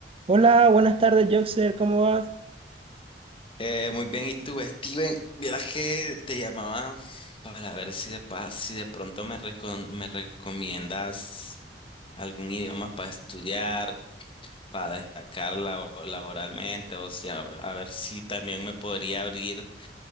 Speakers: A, on the right (about 30°); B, on the left (about 30°).
A: Hola, buenas tardes, Joxer, ¿cómo vas?
B: Eh, muy bien, ¿y tú, Steven? Vieras que te llamaba para ver si de, pas- si de pronto me, recon- me recomiendas algún idioma para estudiar, para destacar labo- laboralmente, o sea, a ver si también me podría abrir